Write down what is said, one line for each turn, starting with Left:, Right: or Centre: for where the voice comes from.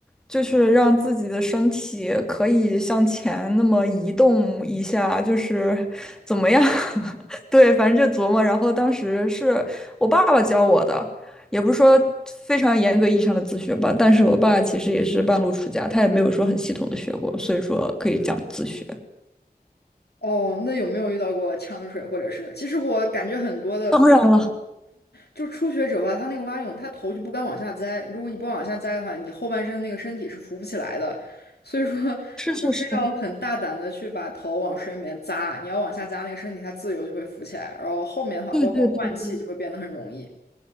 Centre: 就是让自己的身体可以向前那么移动一下，就是怎么样？<laughs> 对，反正就琢磨。然后当时是我爸爸教我的。也不是说非常严格意义上的自学吧，但是我爸其实也是半路出家，他也没有说很系统的学过，所以说可以讲自学。
Left: 哦，那有没有遇到过呛水，或者是？其实我感觉很多的
Centre: 当然了，
Left: 就初学者吧，他那个蛙泳，他头就不敢往下栽。如果你不往下栽的话，你后半身那个身体是浮不起来的。所以说，就
Centre: 是是是，
Left: 是要很大胆的去把头往水里面扎。你要往下扎，那个身体它自由就会浮起来。然后后面的话，
Centre: 对对对。
Left: 包括换气就会变得很容易。